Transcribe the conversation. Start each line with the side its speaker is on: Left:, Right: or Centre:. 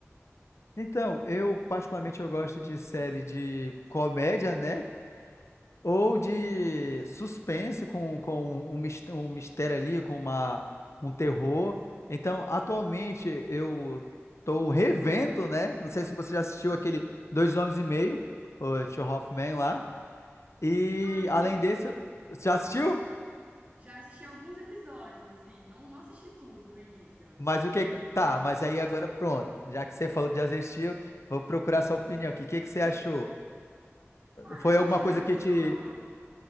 Left: Então, eu particularmente eu gosto de série de comédia, né? Ou de suspense com, com um, mis- um mistério ali, com uma, um terror. Então, atualmente eu tô revendo, né? Não sei se você já assistiu aquele Dois Homens e Meio, o Two Half Men lá. E
Right: Ah, sim,
Left: além desse, eu- você já assistiu?
Right: já assisti alguns episódios, assim, não, não assisti tudo do início.
Left: Mas o que. Tá, mas aí agora pronto. Já que você falou que já assistiu, vou procurar sua opinião aqui. O que que você achou?
Right: Cara,
Left: Foi
Right: eu acho
Left: alguma
Right: engraçado.
Left: coisa que te,